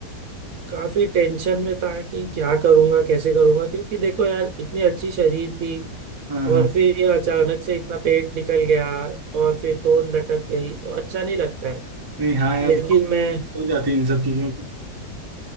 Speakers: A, on the right; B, on the right.
A: काफी टेंशन में था कि क्या करूंगा कैसे करूंगा क्योंकि देखो यार इतनी अच्छी शरीर थी
B: हाँ हाँ
A: और फिर ये अचानक से इतना पेट निकल गया और फिर तोन लटक गई तो अच्छा नहीं लगता है
B: नहीं हाँ यार
A: लेकिन
B: जॉब
A: मैं
B: हो जाती है इन सब चीज़ों की